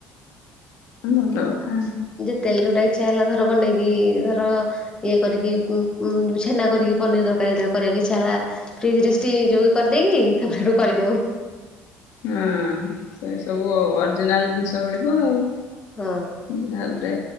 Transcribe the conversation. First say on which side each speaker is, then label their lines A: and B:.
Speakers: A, on the left; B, on the left.
A: ଭଲ କଥା। <inaudible>
B: କେତେଳେ ଗୋଟେ ଇଚ୍ଛା ହେଲା ଧର ବନେଇକି ଧର ଇଏ କରିକି ଉ ଛେନା କରିକି ପନିର ଦର କରିବାକୁ ଇଛା ହେଲା ଫ୍ରିଜରେ ଷ୍ଟିମ୍ କରିଦେଇକି ତାପରେ କରିଦଉ।
A: ହଁ ସେ ସବୁ ଅରିଜିନାଲ ଜିନିଷ ମିଳିବ ଆଉ।
B: ହଁ
A: ଯାହା ଗୋଟେ